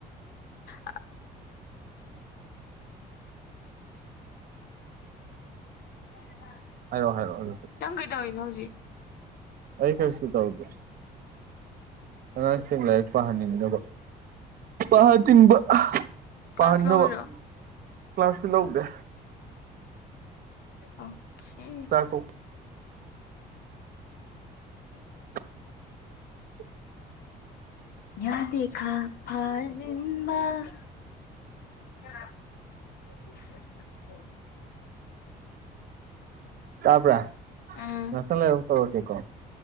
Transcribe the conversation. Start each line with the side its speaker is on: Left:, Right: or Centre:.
Left: ꯑ <unintelligible> ꯍ ꯍ <unintelligible>
Right: ꯍꯥꯏꯔꯛꯑꯣ ꯍꯥꯏꯔꯛꯑꯣ ꯑꯗꯨꯗꯤ
Left: ꯅꯪ ꯀꯩꯗꯧꯔꯤꯅꯣ ꯍꯧꯖꯤꯛ
Right: ꯑꯩ ꯀꯔꯤꯁꯨ ꯇꯧꯗꯦ ꯑꯉꯥꯡꯁꯤꯡ ꯂꯥꯏꯔꯤꯛ ꯄꯥꯍꯟꯅꯤꯡꯅꯕ ꯄꯥꯍꯟꯅꯤꯡꯕ
Left: ꯀ꯭ꯂꯥꯁ
Right: ꯄꯥꯍꯟꯅꯕ
Left: ꯂꯧꯔꯤꯔꯣ
Right: ꯀ꯭ꯂꯥꯁꯇꯤ ꯂꯧꯗꯦ
Left: ꯑꯣꯀꯦ
Right: ꯇꯔꯄ <unintelligible> <unintelligible>
Left: ꯌꯥꯗꯦ ꯐꯥ ꯐꯖꯤꯟꯕ <inaudible>
Right: ꯇꯥꯕ꯭ꯔꯣ
Left: ꯎꯝ
Right: ꯉꯥꯛꯇꯪ ꯂꯩꯔ ꯑꯃꯨꯛ ꯇꯧꯔꯛꯒꯦꯒꯣ